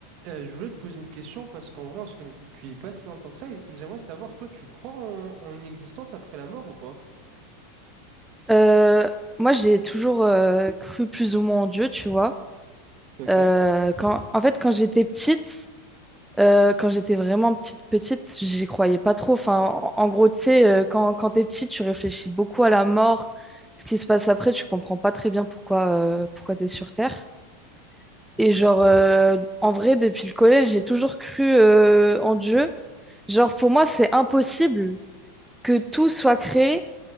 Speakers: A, on the right; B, in the centre.
A: Euh, je voulais te poser une question parce qu'en vrai, on se connaît depuis pas si longtemps que ça et, et j'aimerais savoir, toi, tu crois en, en une existence après la mort ou pas?
B: Euh, moi, j'ai toujours euh, cru plus ou moins en Dieu, tu vois.
A: Ok.
B: Euh, quand, en fait, quand j'étais petite, euh, quand j'étais vraiment petite, petite, j'y croyais pas trop. Enfin, en, en gros, tu sais, euh, quand, quand t'es petite, tu réfléchis beaucoup à la mort, ce qui se passe après, tu comprends pas très bien pourquoi, euh, pourquoi t'es sur Terre. Et genre, euh, en vrai, depuis le collège, j'ai toujours cru euh, en Dieu. Genre, pour moi, c'est impossible que tout soit créé